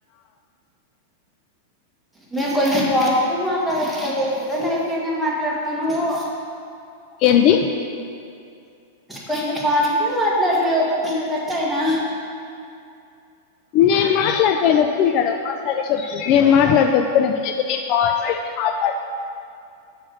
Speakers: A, in the centre; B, on the left.
A: మే కొంచెం పాజిటివ్ మాట్లాడొచ్చు కదే ఎప్పుడు నెగిటివ్ మాట్లాడుతా నువ్వు
B: ఏంది
A: కొంచెం పాజిటివ్ మాట్లాడమే ఒప్పుకుంటే తట్ అయినా
B: నేను మాట్లాడితే నొప్పి ఉంటదో సరే చెప్పు నేను మాట్లాడతే ఓప్పుకునే లేదు నేను కాల్ చేసి మాట్లాడుత